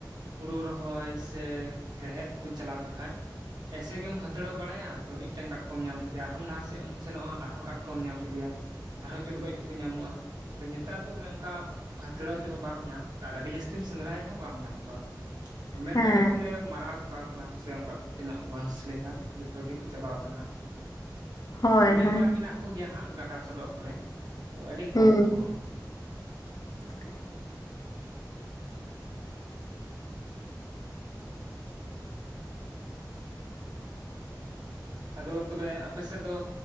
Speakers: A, on the right; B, on the left.
A: ᱦᱩᱲᱩ ᱨᱚᱦᱚᱭ ᱥᱮ ᱦᱮᱲᱦᱮᱫ ᱠᱚ ᱪᱟᱞᱟᱣ ᱡᱚᱠᱷᱟᱡ ᱮᱭᱥᱮ ᱜᱮᱢ ᱦᱟᱛᱲᱟᱹᱣ ᱵᱟᱲᱟᱭᱟ ᱛᱚ ᱢᱤᱫᱴᱟᱱ ᱠᱟᱴᱠᱚᱢ ᱧᱟᱢ ᱠᱮᱫᱮᱭᱟ ᱟᱨᱦᱚᱢ ᱞᱟᱦᱟ ᱥᱮᱫ ᱮᱢ ᱥᱮᱱᱚᱜᱼᱟ ᱟᱨᱦᱚᱸ ᱠᱟᱴᱠᱚᱢ ᱧᱟᱢ ᱠᱮᱫᱮᱭᱟ ᱟᱨᱦᱚᱸ ᱪᱚᱰᱜᱚᱡ ᱠᱚᱠᱚ ᱧᱟᱢᱚᱜᱼᱟ ᱟᱫᱚ ᱱᱮᱛᱟᱨ ᱫᱚ ᱚᱱᱮ ᱚᱱᱠᱟ ᱦᱟᱹᱛᱲᱟᱹᱣ ᱛᱮᱢᱟ ᱵᱟᱢ ᱧᱟᱢ ᱟᱨ ᱟᱹᱰᱤ ᱡᱟᱹᱥᱛᱤᱢ ᱥᱮᱸᱫᱽᱨᱟᱭ ᱨᱮᱦᱚᱸ ᱵᱟᱢ ᱧᱟᱢ ᱠᱚᱣᱟ ᱢᱮᱱ
B: ᱦᱮᱸ
A: ᱫᱟᱲᱮᱭᱟᱜᱼᱟ ᱵᱚᱞᱮ ᱢᱟᱨᱟᱣ ᱪᱟᱵᱟ ᱠᱟᱱᱟ ᱠᱚ ᱥᱮ ᱩᱱᱠᱩᱣᱟᱜ ᱛᱤᱱᱟᱹᱜ ᱵᱚᱱᱥ ᱞᱮᱠᱟ ᱡᱚᱛᱚ ᱜᱮᱠᱚ ᱪᱟᱵᱟᱣ ᱠᱟᱱᱟ
B: ᱦᱳᱭ
A: ᱢᱤᱫ
B: ᱦᱳᱭ
A: ᱵᱟᱨ ᱢᱮᱱᱟᱜ ᱠᱚᱜᱮᱭᱟ ᱦᱟᱸᱜ ᱜᱟᱰᱟ ᱥᱚᱰᱚᱜ ᱠᱚᱨᱮ ᱛᱚ ᱟᱹᱰᱤ
B: ᱦᱩᱸ
A: ᱠᱚᱢ ᱦᱚᱸ
B: <unintelligible>
A: ᱟᱫᱚ ᱛᱚᱵᱮ ᱟᱯᱮ ᱥᱮᱫ ᱫᱚ